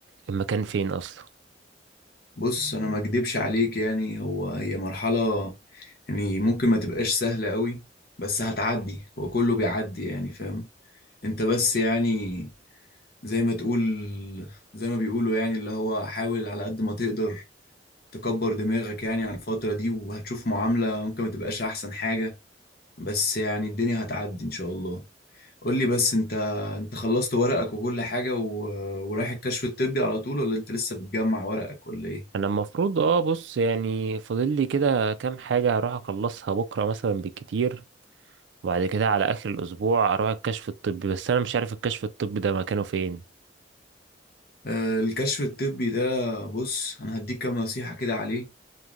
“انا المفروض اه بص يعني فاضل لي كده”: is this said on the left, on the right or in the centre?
Right